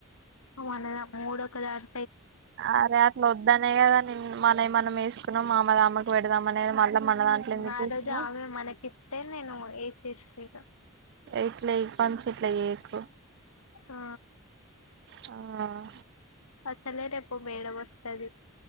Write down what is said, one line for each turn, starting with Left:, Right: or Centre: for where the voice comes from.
Left: నువ్ అనద మూడో ఒక్ దాన్
Right: అరే అట్లోద్దనే గాద నిన్ మానైమనం ఎసుకున్నాం మామ్ మద్ అమక్ వేడదాం అనే గా మళ్ళ మనదాట్లే ఎందుకేశింది
Left: ఆ రోజు ఆమె మనకిస్తే నేను వేసేస్తా ఇగ
Right: ఇట్లే ఇప్పంచి ఇట్ల ఏకు
Left: ఆ
Right: హ
Left: అచ్చలే రేపు మేడం ఓస్తదిస్